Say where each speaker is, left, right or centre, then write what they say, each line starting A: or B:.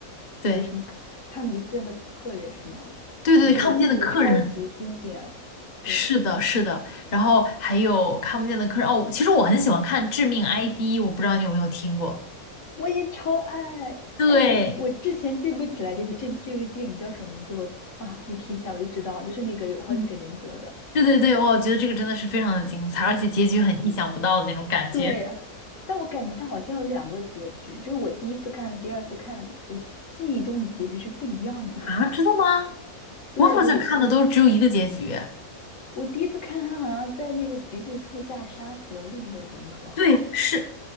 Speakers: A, on the left; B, on the left.
A: 对，
B: 有什么看看不见的客人是吗？
A: 对对对，
B: 就这种这个超级经典，
A: 看不见的客人，
B: 对。
A: 是的，是的。然后还有看不见的客人，哦，其实我很喜欢看《致命 ID》，我不知道你有没有听过。
B: 我也超爱。
A: 对，
B: 哎，我我之前记不起来这这这个电影叫什么名字，我啊，你提起来我就知道，就是那个有好几个人格的。
A: 嗯，对对对，我觉得这个真的是非常的精彩，而且结局很意想不到的那种感觉。
B: 对，但我感觉它好像有两个结局，就是我第一次看和第二次看，我记忆中的结局是不一样的。
A: 啊，真的吗？
B: <laughs> 对，
A: 我好像看的都只有一个结局。
B: 我也我第一次看他好像在那个橘子树下杀死了另一个人格，好像是。
A: 对，是，